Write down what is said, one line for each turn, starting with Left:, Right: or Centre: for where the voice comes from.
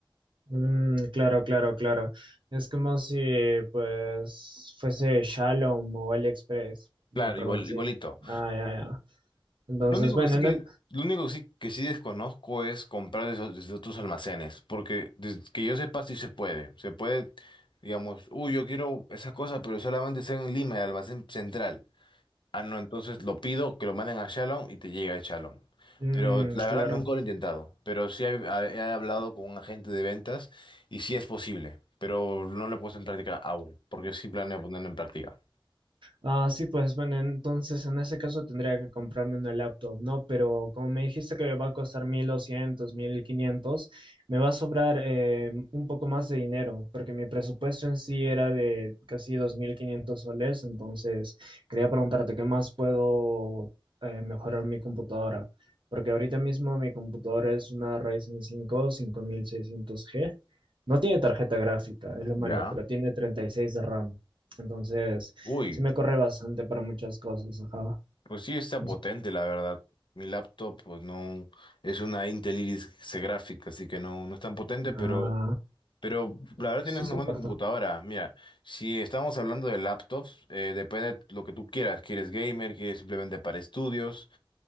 Right: mm, claro, claro, claro. Es como si, pues, fuese Shalom o AliExpress. No,
Left: Claro,
Right: perdón,
Left: igual,
Right: sí.
Left: igualito.
Right: Ah, ya, ya. Entonces,
Left: Lo único
Right: bueno,
Left: que sí
Right: en
Left: que,
Right: es-
Left: lo único que sí, que sí desconozco es comprar desde, desde otros almacenes, porque desde que yo sepa sí se puede. Se puede, digamos, uy, yo quiero esa cosa, pero solamente está en Lima, el almacén central. Ah, no, entonces lo pido, que lo manden a Shalom y te llega a Shalom.
Right: mm,
Left: Pero la verdad
Right: claro.
Left: nunca lo he intentado, pero sí he, he hablado con un agente de ventas y sí es posible, pero no lo he puesto en práctica aún, porque sí planeo ponerlo en práctica.
Right: Ah, sí, pues bueno, entonces en ese caso tendría que comprarme una laptop, ¿no? Pero como me dijiste que me va a costar mil doscientos, mil quinientos, me va a sobrar eh, un poco más de dinero, porque mi presupuesto en sí era de casi 2500 soles, entonces quería preguntarte qué más puedo eh, mejorar mi computadora, porque ahorita mismo mi computadora es una Ryzen cinco, cinco mil seiscientos g no tiene tarjeta gráfica, es lo
Left: Ya.
Right: malo, pero tiene 36 de RAM. Entonces,
Left: Uy.
Right: Sí me corre bastante para muchas cosas, ajá.
Left: Pues sí, está
Right: Es-
Left: potente, la verdad. Mi laptop, pues no, es una Intel Iris C gráfica, así que no, no es tan potente, pero,
Right: Ah,
Left: pero la verdad
Right: sí
Left: tienes una
Right: soporto.
Left: buena computadora. Mira, si estamos hablando de laptops, eh, depende de lo que tú quieras. ¿Quieres gamer? ¿Quieres simplemente para estudios?